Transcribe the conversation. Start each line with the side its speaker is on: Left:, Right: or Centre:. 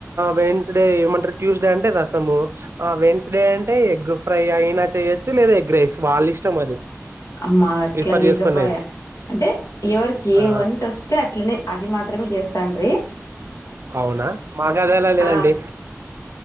Right: వెన్స్డే ఏమంటారు ట్యూస్డే అంటే రసము ఆ వెన్స్డే అంటే ఎగ్ ఫ్రై అయినా చేయచ్చు లేదా ఎగ్ రైస్ వాళ ఇష్టం అది
Left: అమ్ మాదట్ల
Right: ప్రిఫర్
Left: లేకపోయా
Right: చేసుకునేది
Left: అంటే ఎవరికి
Right: ఆ
Left: ఏ వంటొస్తే అట్లనే అది మాత్రమే చేస్తాండ్రి
Right: అవునా మాకదేలా లేదండి
Left: ఆ